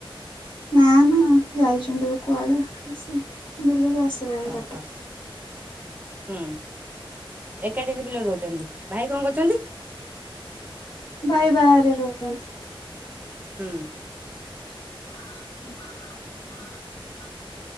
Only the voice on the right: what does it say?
ଓହୋ
ହୁଁ ଏକାଠିରେ ପିଲା ରହୁଛନ୍ତି ଭାଇ କଣ କରୁଛନ୍ତି?
ହୁଁ।